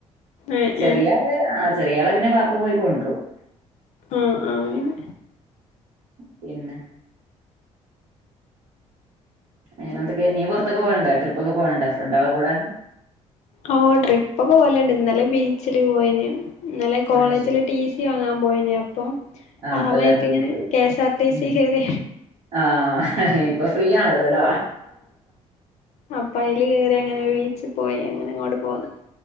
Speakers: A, on the left; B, on the right.
A: ഏഹ്
B: ചെറിയ
A: ഏഹ്
B: ആളെ ആ ചെറിയളെ പിന്നെ പാപ്പ പോയി കൊണ്ടോരും
A: ആഹ് ആഹ് അങ്ങനെ
B: പിന്നെ വേറെ എന്തൊക്കെയാ നീ പുറത്തൊക്കെ പോവലണ്ടാ ട്രിപ്പ്ക്കെ പോക്കലണ്ടാ ഫ്രണ്ട ആളെ കൂടെ
A: ഓ ട്രിപ്പ് പോലണ്ട് ഇന്നലെ ബീച്ചില് പോയിന് നല്ലെ കോളേജില്
B: അയ് ശരി
A: ടി സി വാങ്ങാൻ പോയിന അപ്പൊ
B: ആഹ്
A: ആ
B: അപ്പൊ എല്ലാരും
A: വൈക്ക
B: കൂടി
A: ഇങ്ങനെ
B: പോയി
A: K S R T
B: ഉം
A: C കേറിയ
B: ആഹ് ഇപ്പൊ ഫ്രീ ആണല്ലോല്ലോ
A: അപ്പം അല് കേറി അങ്ങനെ ബീച്ചിൽ പോയി അങ്ങനെ അങ്ങോട്ട് പോന്ന്